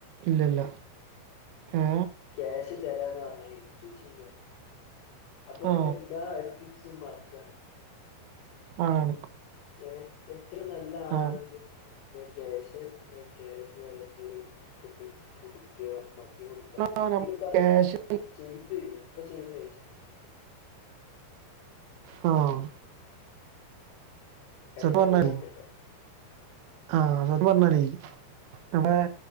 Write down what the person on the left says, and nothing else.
ക്യാഷു തരാന്ന് പറഞ്ഞാ എന്തും ചെയ്യാം അപ്പം ഇവിടെ
എന്താ ആക്ടിങ് സിമർക്ക
ഏ എത്ര നല്ല ആളാണത്
എന്ന ക്യാഷെ ക്യാഷ് നല്ല <unintelligible> കുപ്പി കുടിക്കുക
എന്തെങ്കിലും
പറഞ്ഞാ
മതി ചീറ്റ് ചെയ്ത് എപ്പൊ ചെയ്ത് ചച്ച <inaudible>
ഇടക്
പോവ കേട്ടോ